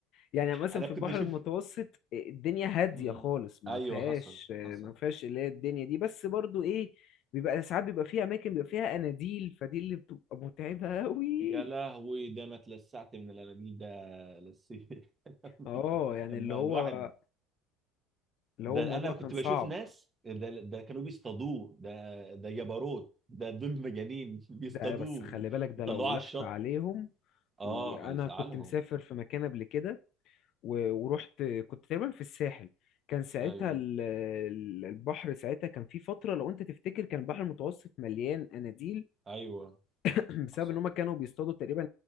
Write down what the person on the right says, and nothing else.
انا
كنت اشوف
مم.
ايوه
حصل حصل
يا لهوي ده انا اتلسعت من الاناديل ده لسيه <laughs>
لما
الواحد
ده
انا كنت
بشوف ناس ده ده كانوا بيصطادوه ده ده جبروت ده دول مجانين <laughs> بيصطادوه
وطلعوه
على
الشط
اه
هيزعلهم
ايوه
ايوه
حصل